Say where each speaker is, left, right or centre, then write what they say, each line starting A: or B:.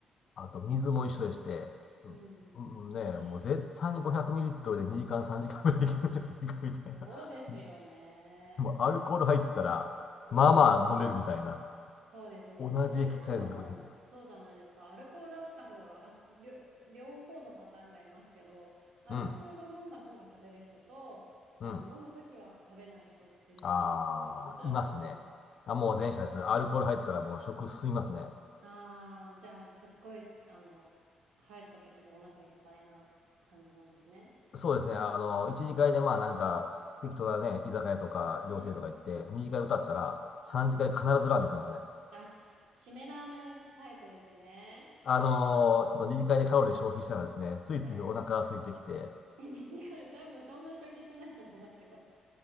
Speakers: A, on the left; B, on the right.
A: あと、水も一緒でして、う
B: うん、
A: んうんねえ、
B: ね。
A: もう絶対に500ミリリットルで2時間3時間ぐらいいけるんじゃないかみたいな。
B: そうですよね。
A: <laughs> でもアルコール入ったら、
B: うん
A: まあまあ飲めるみたいな。
B: そうですね。
A: 同じ液体でどこに入る
B: でも食べ物もそうじゃないですか。アルコールあった方が、あ、両、両方のパターンがいますけど、アルコールを飲んだ方が食べる人と、
A: うん、
B: あの、
A: うん。
B: 飲むときは食べない人っているじゃないですか。
A: ああ、
B: どちらですか
A: いますね。あ、もう前者です。アルコール入ったらもう食進みますね。
B: ああー、じゃあ、すっごい、あの、帰ったときにお腹いっぱいな感じなんですね。
A: そうですね。あの、一次会でまあなんか、適当なね、居酒屋とか料亭とか行って、
B: うん。
A: 二次会歌ったら、三次会必ずラーメン行きますね。
B: あ、締めラーメンタイプですね。
A: あのーちょっと二次会でカロリー消費したらですね、ついついお腹が空いてきて、
B: はい。<laughs> 2時んで多分そんなに消費してないと思いますけど。